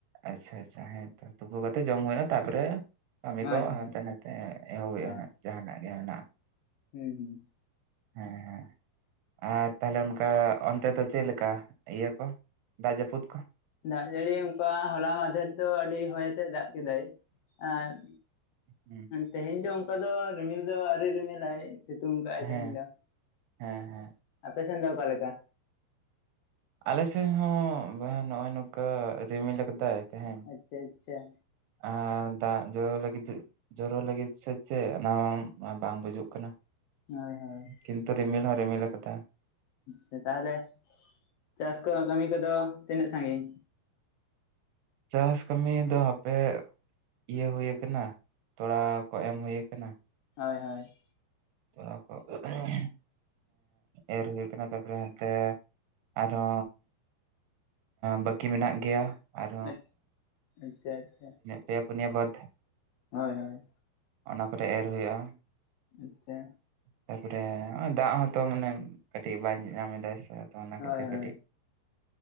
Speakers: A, on the right; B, on the left.
A: ᱟᱪᱪᱷᱟ ᱟᱪᱪᱷᱟ ᱦᱮᱸᱛᱳ ᱛᱩᱯᱩ ᱠᱟᱛᱮ ᱡᱚᱢ ᱦᱩᱭᱩᱜᱼᱟ ᱛᱟᱯᱚᱨᱮ ᱠᱟᱹᱢᱤ
B: ᱦᱳᱭ
A: ᱠᱚ
B: ᱦᱳᱭ
A: ᱦᱟᱱᱛᱮ ᱱᱟᱛᱮ ᱮᱦᱚᱵ ᱦᱩᱭᱩᱜᱼᱟ
B: ᱦᱳᱭ
A: ᱦᱟᱸᱜ ᱡᱟᱦᱟᱱᱟᱜ ᱜᱮ ᱢᱮᱱᱟᱜᱼᱟ
B: ᱦᱩᱸ ᱦᱩᱸ
A: ᱦᱮᱸ ᱦᱮᱸ ᱟᱨ ᱛᱟᱦᱚᱞᱮ ᱚᱱᱠᱟ ᱚᱱᱛᱮ ᱫᱚ ᱪᱮᱫ ᱞᱮᱠᱟ ᱤᱭᱟᱹ ᱠᱚ ᱫᱟᱜ ᱡᱟᱹᱯᱩᱫ ᱠᱚ
B: ᱫᱟᱜ ᱡᱟᱹᱲᱤ ᱚᱱᱠᱟ ᱦᱚᱞᱟ ᱢᱟᱫᱷᱮᱨ ᱫᱚ ᱟᱹᱰᱤ ᱦᱚᱭ ᱟᱛᱮᱫ ᱫᱟᱜ ᱠᱮᱫᱟᱭ। ᱟᱨ ᱼᱼ
A: ᱦᱮᱸ
B: ᱛᱮᱦᱮᱧ ᱫᱚ ᱚᱱᱠᱟ ᱫᱚ ᱨᱤᱢᱤᱞ ᱫᱚ ᱟᱨᱮ ᱨᱤᱢᱤᱞᱟᱭ। ᱥᱤᱛᱩᱝ ᱠᱟᱜᱼᱟᱭ
A: ᱦᱮᱸ
B: ᱛᱮᱦᱮᱧ ᱫᱚ।
A: ᱦᱮᱸ ᱦᱮᱸ
B: ᱟᱞᱮᱥᱮᱱ ᱫᱚ ᱚᱠᱟ ᱞᱮᱠᱟ?
A: ᱟᱞᱮ ᱥᱮᱫ ᱦᱚᱸ ᱵᱚᱭᱦᱟ ᱱᱚᱜᱼᱚᱭ ᱱᱚᱝᱠᱟ ᱨᱤᱢᱤᱞ ᱟᱠᱟᱫᱟᱭ ᱛᱟᱦᱮᱧ।
B: ᱟᱪᱪᱷᱟ ᱟᱪᱪᱷᱟ
A: ᱟᱨ ᱫᱟᱜ ᱡᱚᱨᱚ ᱞᱟᱹᱜᱤᱫᱼᱼ ᱡᱚᱨᱚ ᱞᱟᱹᱜᱤᱫ ᱥᱮᱫ ᱪᱮᱫ ᱚᱱᱟ ᱢᱟ ᱵᱟᱝ ᱵᱩᱡᱩᱜ ᱠᱟᱱᱟ᱾
B: ᱦᱳᱭ, ᱦᱳᱭ
A: ᱠᱤᱱᱛᱩ ᱨᱤᱢᱤᱞ ᱦᱚᱸ ᱨᱤᱢᱤᱞ ᱠᱟᱫᱟ।
B: ᱥᱮᱛᱟᱨᱮ ᱪᱟᱥ ᱠᱚ ᱠᱟᱹᱢᱤ ᱠᱚᱫᱚ ᱛᱤᱱᱟᱹᱜ ᱥᱟᱹᱜᱤᱧ?
A: ᱪᱟᱥ ᱠᱟᱹᱢᱤ ᱫᱚ ᱦᱟᱯᱮ ᱤᱭᱟᱹ ᱦᱩᱭ ᱟᱠᱟᱱᱟ ᱛᱚᱲᱟ ᱠᱚ ᱮᱢ ᱦᱩᱭ ᱟᱠᱟᱱᱟ।
B: ᱦᱳᱭ, ᱦᱳᱭ
A: ᱛᱚᱲᱟ ᱠᱚ <unintelligible> ᱮᱨ ᱦᱩᱭ ᱠᱟᱱᱟ ᱛᱟᱯᱚᱨᱮ ᱦᱟᱱᱛᱮ ᱟᱨᱚᱼᱼ ᱵᱟᱹᱠᱤ ᱢᱮᱱᱟᱜ ᱜᱮᱭᱟ। ᱟᱨᱼᱼ
B: ᱟᱪᱪ ᱟᱪᱪᱷᱟ ᱟᱪᱪᱷᱟ
A: ᱯᱮᱭᱟ ᱯᱩᱱᱤᱭᱟ ᱵᱟᱹᱫᱽ
B: ᱦᱳᱭ ᱦᱳᱭ
A: ᱚᱱᱟ ᱠᱚᱨᱮ ᱮᱨ ᱦᱩᱭᱩᱜᱼᱟ।
B: ᱟᱪᱪᱷᱟ
A: ᱛᱟᱯᱚᱨᱮ ᱦᱚᱸᱜᱼᱚᱭ ᱫᱟᱜ ᱦᱚᱸ ᱛᱚ ᱢᱟᱱᱮ ᱠᱟᱹᱴᱤᱡ ᱵᱟᱭ ᱧᱟᱢᱮᱫᱟ ᱥᱮ᱾ ᱚᱱᱟ ᱠᱷᱟᱹᱛᱤᱨ
B: ᱦᱳᱭ
A: ᱠᱟᱹᱴᱤᱡ
B: ᱦᱳᱭ